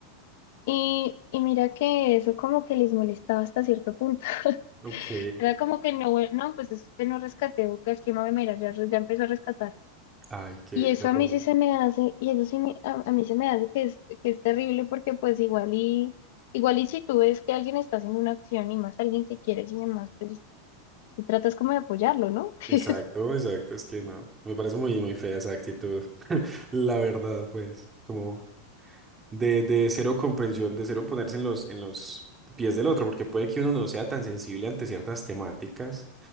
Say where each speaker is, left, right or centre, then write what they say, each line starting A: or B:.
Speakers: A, on the left (about 65°); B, on the right (about 15°).
A: Y, y mira que eso como que les molestaba hasta cierto punto. <laughs>
B: Ok.
A: Era como que no, "Bueno, no, pues es que no rescaté, Buca, ¿quién va a venir? Ya, ya empezó a rescatar.
B: Ay, qué,
A: Y
B: qué
A: eso
B: horror.
A: a mí sí se me hace, y eso sí me- a, a mí se me hace que es, que es terrible porque pues igual y, igual y si tú ves que alguien está haciendo una acción y más alguien que quieres y demás, pues tú tratas como de apoyarlo, ¿no?
B: Exacto,
A: <laughs>
B: exacto, es que no. Me parece muy, muy fea esa actitud. <laughs> La verdad, pues, como de, de cero comprensión, de cero ponerse en los, en los pies del otro, porque puede que uno no sea tan sensible ante ciertas temáticas.